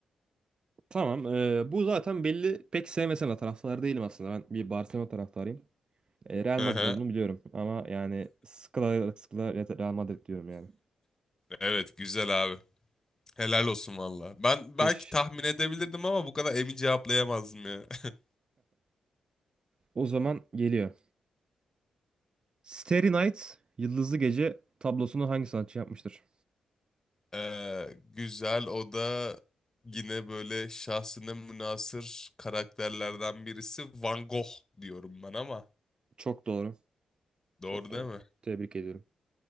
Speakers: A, on the right; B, on the left.
A: Tamam. e, bu zaten belli. Pek sevmesen de taraftar değilim aslında. Ben bir Barcelona taraftarıyım. E, Real
B: Hı
A: Madrid
B: hı.
A: olduğunu biliyorum. Ama yani sıkıla sıkıla Real Madrid diyorum yani.
B: Evet güzel abi. Helal olsun valla. Ben
A: Teşekkür.
B: belki tahmin edebilirdim ama bu kadar emin cevaplayamazdım ya. <laughs>
A: O zaman geliyor. Starry Night, Yıldızlı Gece tablosunu hangi sanatçı yapmıştır?
B: Ee, güzel o da yine böyle şahsına münhasır karakterlerden birisi Van Gogh diyorum ben ama.
A: Çok doğru.
B: Doğru
A: Çok doğru.
B: değil mi?
A: Tebrik ediyorum.